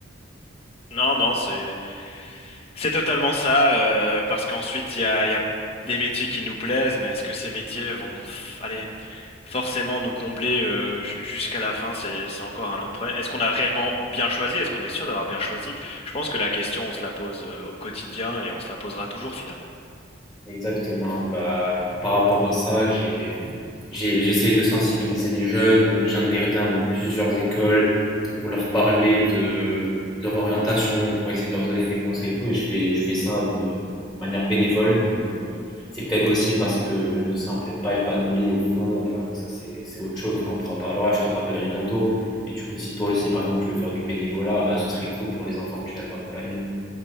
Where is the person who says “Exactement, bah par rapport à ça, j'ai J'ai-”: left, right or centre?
Centre